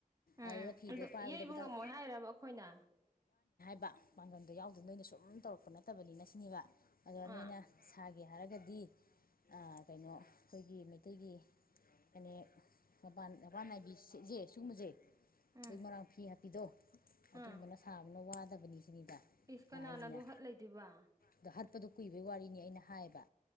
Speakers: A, on the right; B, on the left.
A: ꯑꯝ
B: ꯑꯗꯨꯗ ꯐꯤꯗꯣ
A: ꯑꯗꯨ
B: ꯄꯥꯏꯕꯗ
A: ꯌꯩꯕ
B: ꯄꯗꯥꯛ
A: ꯉꯝꯃꯣꯏ ꯍꯥꯏꯔꯕ ꯑꯩꯈꯣꯏꯅ
B: ꯕ ꯄꯥꯡꯒꯜꯗꯣ ꯌꯥꯎꯗꯦ ꯅꯣꯏꯅ ꯁꯨꯝ ꯇꯧꯔꯛꯄ ꯅꯠꯇꯕꯅꯤꯅ ꯁꯤꯅꯦꯕ ꯑꯗꯣ ꯅꯣꯏꯅ
A: ꯑꯥ
B: ꯁꯥꯒꯦ ꯍꯥꯏꯔꯒꯗꯤ ꯑꯥ ꯀꯩꯅꯣ ꯈꯣꯏꯒꯤ ꯃꯩꯇꯩꯒꯤ ꯐꯅꯦꯛ ꯃꯄꯥꯟ ꯃꯄꯥꯟꯅꯥꯏꯕꯤ ꯖꯦ ꯁꯤꯒꯨꯝꯕꯖꯦ <unintelligible>
A: ꯎꯝ
B: ꯃꯔꯣꯏꯥꯡ ꯐꯤ ꯍꯥꯞꯄꯤꯗꯣ ꯑꯗꯨꯒꯨꯝꯕꯅ
A: ꯑꯥ
B: ꯁꯥꯕꯅ ꯋꯥꯗꯕꯅꯤ ꯁꯤꯅꯤꯗ
A: ꯏꯁ ꯀꯅꯥꯅ
B: ꯑꯩꯅ ꯍꯥꯏꯁꯤꯅ
A: ꯑꯗꯨ ꯍꯠ ꯂꯩꯗꯣꯏꯕꯥ
B: ꯑꯗꯣ ꯍꯠꯄꯗꯣ ꯀꯨꯏꯕꯩ ꯋꯥꯔꯤꯅꯤ ꯑꯩꯅ ꯍꯥꯏꯌꯦꯕꯥ